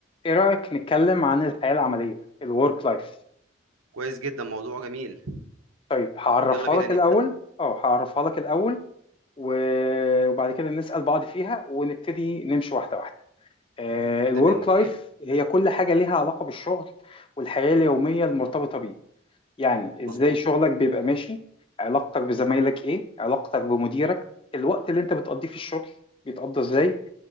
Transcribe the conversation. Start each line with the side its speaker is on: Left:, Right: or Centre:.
Left: ايه رأيك نتكلم عن الحياة العملية الورك لايف
Right: كويس جدًا، موضوع جميل.
Left: طيب هعرفها
Right: يالّا بينا
Left: لك
Right: نبدأ.
Left: الأول اه هعرفها لك الأول و- وبعد كده نسأل بعض فيها ونبتدي نمشي واحدة واحدة الورك
Right: تمام، أوكي،
Left: لايف هي كل حاجة ليها علاقة بالشغل والحياة اليومية المرتبطة بيه يعني ازاي
Right: مضبوط،
Left: شغلك بيبقى ماشي علاقتك بزمايلك ايه علاقتك بمديرك الوقت اللي انت بتقضيه في الشغل بيتقضى ازاي